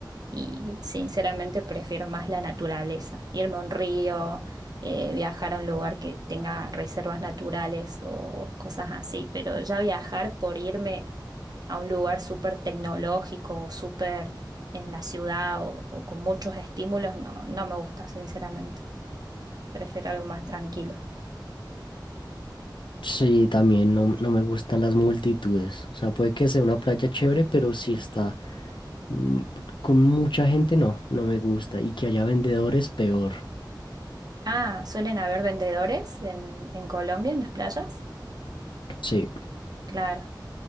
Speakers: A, on the right; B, on the left.
A: y sinceramente prefiero más la naturaleza, irme a un río, eh, viajar a un lugar que tenga reservas naturales o cosas así, pero ya viajar por irme a un lugar súper tecnológico o súper en la ciudad o, o con muchos estímulos, no, no me gusta, sinceramente. Prefiero algo más tranquilo.
B: Sí, también no, no me gustan las multitudes. O sea, puede que sea una playa chévere, pero si está mm, con mucha gente, no, no me gusta. Y que haya vendedores, peor.
A: Ah, ¿suelen haber vendedores en, en Colombia, en las playas?
B: Sí.
A: Claro.